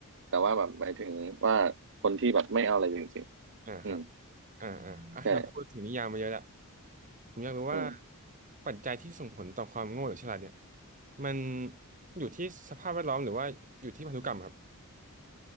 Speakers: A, on the right; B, on the right.
A: แต่ว่าแบบหมายถึงว่าคนที่แบบไม่เอาอะไรจริงๆอืม
B: อ่าครับอ่าอ่าอ่ะเราพูดถึงนิยามมาเยอะแลว
A: ใช่
B: ผมอยากรู้ว่า
A: อืม
B: ปัจจัยที่ส่งผลต่อความโง่หรือฉลาดเนี่ยมันอยู่ที่สภาพแวดล้อมหรือว่าอยู่ที่พันธุกรรมครับ